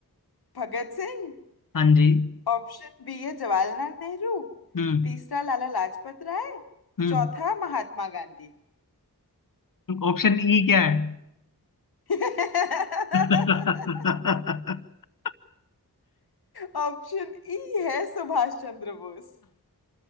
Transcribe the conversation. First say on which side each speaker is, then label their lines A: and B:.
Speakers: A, on the left; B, on the left.
A: भगत सिंह
B: हाँ जी
A: ऑप्शन बी है जवाहरलाल नेहरू
B: हम्म
A: तीसरा लाला लाजपत राय
B: हम्म
A: चौथा महात्मा गांधी
B: ऑप्शन ई क्या है
A: <laughs>
B: <laughs>
A: ऑप्शन ई है सुभाष चंद्र बोस